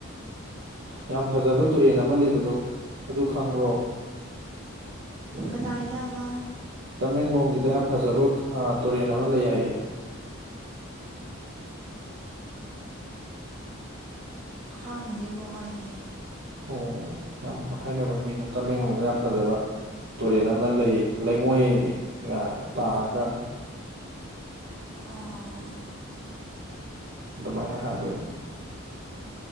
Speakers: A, on the right; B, on the right.
A: ꯌꯥꯝ ꯐꯖꯕ ꯇꯨꯔꯦꯟ ꯑꯃ ꯂꯩꯕꯗꯣ ꯑꯗꯨ ꯈꯪꯕ꯭ꯔꯣ
B: ꯀꯗꯥ ꯏꯗꯕ
A: ꯇꯃꯦꯡꯂꯣꯡꯒꯤꯗ ꯌꯥꯝ ꯐꯖꯕ ꯇꯨꯔꯦꯟ ꯑꯃ ꯂꯩ ꯍꯥꯏꯌꯦ <inaudible>
B: ꯈꯥꯎꯗꯤꯦꯕꯣ ꯑꯗꯤ
A: ꯑꯣ ꯌꯥꯝ ꯍꯥꯏꯅꯕ ꯃꯤꯅ ꯇꯃꯦꯡꯂꯣꯡꯗ ꯌꯥꯝ ꯐꯖꯕ ꯇꯨꯔꯦꯟ ꯑꯃ ꯂꯩ ꯂꯩꯉꯣꯏꯒ ꯇꯥꯔꯒ
B: ꯑꯣ
A: ꯑꯗꯨꯃꯥꯏꯅ ꯍꯥꯏꯕ ꯃꯤꯅ